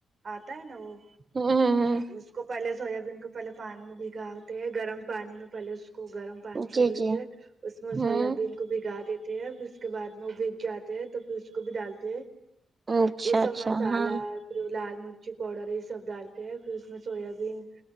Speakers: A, on the right (about 50°); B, on the right (about 35°).
A: آتا ہے نا وہ
B: ہوں
A: اس کو پہلے سویابین کو پہلے پانی میں بھگاتے ہے گرم پانی میں پہلے اس کو گرم پانی کر
B: جی
A: لیتے
B: جی
A: اس میں
B: ہوں
A: سویابین کو بھگا دیتے ہیں پھر اس کے بعد میں وہ بگ جاتے ہیں تو پھر اس کو بھی ڈالتے ہیں
B: اچھا
A: یے سب
B: اچھا
A: مسالہ
B: ہاں
A: لال مرچی پاؤڈر یے سب ڈالتے ہیں پھر اس میں سویا بین